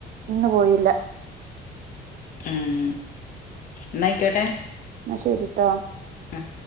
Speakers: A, on the right; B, on the left.
A: ഇന്ന് പോയില്ല
B: ഉം എന്നായിക്കോട്ടെ
A: എന്ന ശരിട്ടോ
B: ഉം